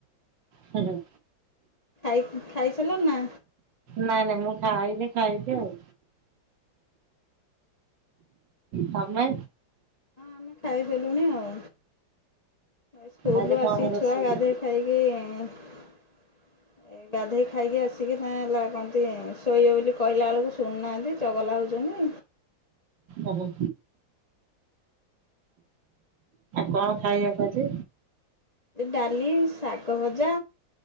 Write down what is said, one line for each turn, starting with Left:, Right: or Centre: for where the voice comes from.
Right: ହୁଁ ହୁଁ,
Left: ଇ ଖାଇସାରିଲଣି ନା?
Right: ନାଇଁ ନାଇଁ ମୁଁ ଖାଇନି ଖାଇବି ଆଉ। ତମେ?
Left: ଆମେ ଖାଇଦେଲୁଣି ଆଉ। ସ୍କୁଲୁରୁ
Right: ଆଜି
Left: ଆସିିକି
Right: କଣ ରୋଷେଇ?
Left: ଛୁଆ ଗାଧୋଇ ଖାଇକି-ଇ-ଇ-ଇ ଏ ଗାଧେଇ ଖାଇକି ଆସିକି ତା ହେଲା କଣନ୍ତି ଶୋଇ ବୋଲି କହିଲା ବେଳକୁ ଶୁଣୁନାହାନ୍ତି ଚଗଲା <unintelligible>
Right: ଓ ହଉ। କଣ ଖାଇବାକୁ ଆଜି
Left: ଡାଲି, ସାଗ ଗ ଭଜା